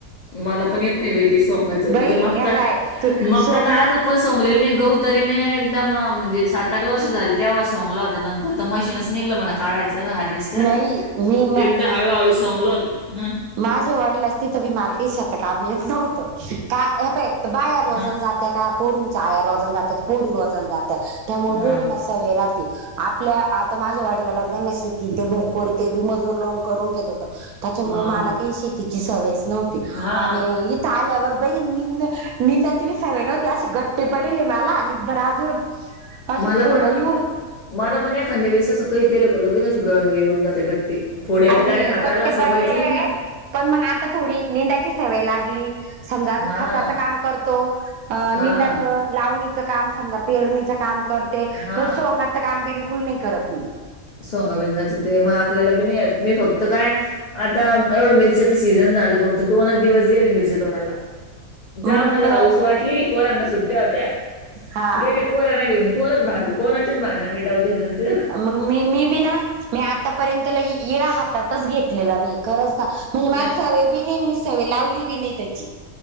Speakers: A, on the left (about 55°); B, on the right (about 80°).
A: मला पण येत नाही बाई ते सोगायचं
B: बाई
A: मी तर मक्का
B: हे बाय तू
A: मक्का
B: सोंगण
A: तर आज पण सोगलेलं नाही गौ तरीने एकदम म्हणजे सात आठ वर्ष झाली तेव्हा सोंगल होता नंतर तर मशीनच निघलं म्हणा काढायचं हार्वेस्टर
B: नाही मी
A: एकदा हळूहळू सांगल तोम ह
B: माझ वडलं असती तर मी मालकी शतकाम येत नव्हतं का हे प बाया रोजण
A: हं,
B: जात्या का पोरींच्या आया रोजण जातात पोरी रोजण जात्या त्यामुळे
A: हां,
B: पोरीन सवराात आपल्या आता माझ्या वडलाला त्यांना शेती ते भरपूर ते बी मजूर लोून करून घेत होत त्याच्यामुळे
A: हां,
B: मला काही शेतीची सवय नव्हती
A: हां.
B: आणि इथे आल्यावर बई नि निंदाची बी सव नव्हती असे गट्टे पडेले मला आणि बर अजून असे
A: मला
B: फोड
A: पण
B: येऊन
A: मला पण एखाद्या वेस असं काही केलं का लगेचशी येऊन जाते गट्टी फोड येते
B: आणि
A: डायरेक्ट हाताला
B: गट्टी
A: सवयच
B: पडलेले
A: नाही ना.
B: आहे पण मग आता थोडी निंदाची सवय लागली समजा
A: हां,
B: खताचं काम करतो अ
A: हां,
B: निंदाचं लावणीचं काम समजा पेरणीच काम करते
A: हां.
B: तर सोंगाचं काम बिलकुल नाही करत मी
A: सोंग बिंगाचं ते मग आपल्याला बी मी फक्त काय आता एवढं मिरच्याचं सीझन झालं फक्त दोन आच दिवस गेले मिरच्या तोडायला
B: मग
A: जा म्हला
B: म
A: हाऊस वाटली पोरांना सुट्ट्या होत्या
B: हा
A: गेले पोराना घेऊन परच भांडणंोरांचेच भांडणं मिटावते दोनथ
B: मग मी मी बी ना मी आतापर्यंत लगे इळा हातातच घेतलेला नाही खरंच ना म्हणजे
A: नाही
B: माझ सव बिनन मी सव लावली बि नाही त्याची